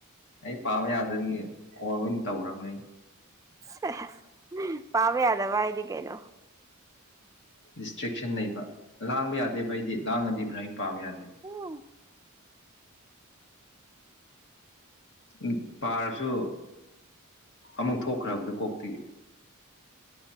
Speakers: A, on the left; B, on the right.
A: ꯑꯩ ꯄꯥꯕ ꯌꯥꯗꯕꯒꯤ ꯀꯣꯜ ꯑꯣꯏꯅ ꯇꯧꯔꯝꯅꯦ ꯑꯩ
B: ꯁꯦꯁ ꯄꯥꯕ ꯌꯥꯗꯚꯥꯏꯗꯤ ꯀꯩꯩꯅꯣ
A: ꯗꯤꯁꯇ꯭ꯔꯦꯛꯁꯟ ꯂꯩꯕ ꯂꯥꯡꯕ ꯌꯥꯗꯦꯕ ꯑꯩꯗꯤ ꯂꯥꯡꯉꯗꯤ ꯄ꯭ꯔꯥꯏ ꯄꯥꯕ ꯌꯥꯗꯦꯕ
B: ꯎꯝ
A: ꯎ ꯄꯥꯔꯁꯨ ꯑꯃꯨꯛ ꯊꯣꯛꯈ꯭ꯔꯕꯗꯣ ꯀꯣꯛꯇꯒꯤ